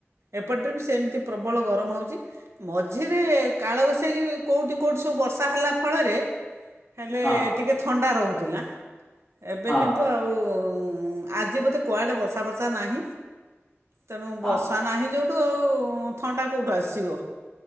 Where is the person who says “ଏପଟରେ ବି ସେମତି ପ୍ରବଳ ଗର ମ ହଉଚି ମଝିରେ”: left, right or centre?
Right